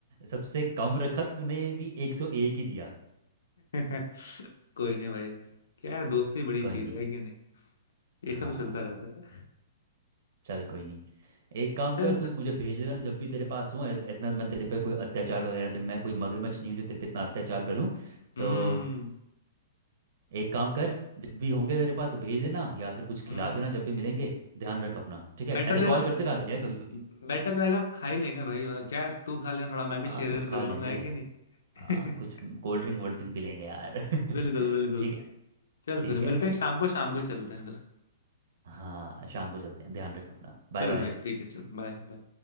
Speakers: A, on the right; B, on the left.
A: सबसे कम रखा तो तूने भी एक सौ एक ही दिया
B: <laughs> कोई नहीं भाई क्या है दोस्ती बड़ी
A: कोई
B: चीज
A: नहीं
B: है कि नहीं ये
A: हाँ
B: सब चलता रहता है
A: चल कोई नहीं एक काम
B: चल
A: कर तू
B: फिर
A: मुझे भेज देना जब भी तेरे पास हो इतना तो मैं तेरे पे कोई अत्याचार वगैरह तो नहीं- मैं कोई मगरमच्छ नहीं हूँ जो तेरे पे इतना अत्याचार करूँ
B: हम्म
A: तो एक काम कर जब भी होंगे तेरे पास तो भेज देना या फिर कुछ खिला
B: हम्म
A: देना जब भी मिलेंगे ध्यान रख अपना ठीक है
B: बेटर
A: ऐसे
B: रहेगा
A: कॉल करते रहा कर यार कभी कभी
B: बेटर रहेगा खा ही लेंगे भाई मतलब क्या है, तू खा लेना थोड़ा मैं भी
A: हाँ
B: शेयर
A: कुछ
B: कर
A: खा
B: लूंगा
A: लेंगे
B: है कि नहीं
A: हाँ कुछ
B: <laughs>
A: कोल्ड ड्रिंक वोल्ड ड्रिंक पी लेंगे यार <laughs>
B: बिल्कुल बिल्कुल
A: ठीक है
B: चल
A: ठीक
B: फिर
A: है
B: मिलते हैं शाम को शाम को चलते हैं फिर
A: हाँ शाम को चलते हैं ध्यान रख अपना Bye
B: चल
A: bye
B: भाई ठीक है चल बाय